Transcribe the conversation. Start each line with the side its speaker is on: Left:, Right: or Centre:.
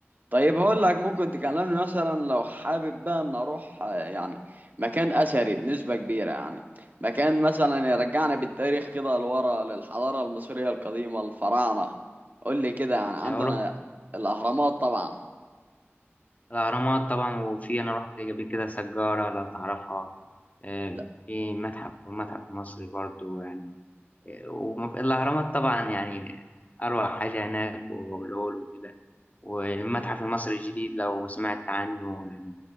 Right: طيب هقول لك ممكن تكلمني مثلا لو حابب بقى ان اروح آه، يعني مكان اثري بنسبة كبيرة يعني مكان مثلا يرجعنا بالتاريخ كده لورا للحضارة المصرية القديمة الفراعنة قول لي كده يعني عندنا
Left: آه، ورحت
Right: الاهرامات طبعا
Left: الاهرامات طبعا وفي انا رحت قبل كده سجارة لو تعرفها آه،
Right: لا
Left: في متحف والمتحف المصري برضه يعني وفي الأهرامات طبعا يعني أروع حاجة هناك وأبو الهول وكده والمتحف المصري الجديد لو سمعت عنه يعني